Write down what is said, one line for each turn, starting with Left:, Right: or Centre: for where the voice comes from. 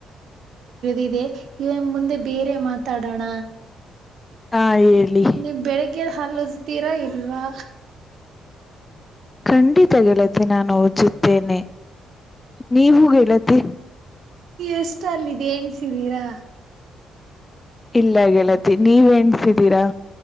Right: ಇಿದೆ ಇವನ್ ಮುಂದೆ ಬೇರೆ ಮಾತಾಡೋಣ
Left: ಹಾ ಹೇಳಿ
Right: ನೀವು ಬೆಳಿಗ್ಗೆ ಹಲು ಉಜತೀರಾ ಇಲ್ವಾ
Left: ಖಂಡಿತ ಗೆಳತಿ ನಾನು ಓಜುತ್ತೇನೆ ನೀವು ಗೆಳತಿ
Right: ಎಷ್ಟ ಅಲ್ಲಿದೆ ಎಣಿಸಿದೀರಾ
Left: ಇಲ್ಲ ಗೆಳತಿ ನೀವ ಎನ್ಸಿದೀರಾ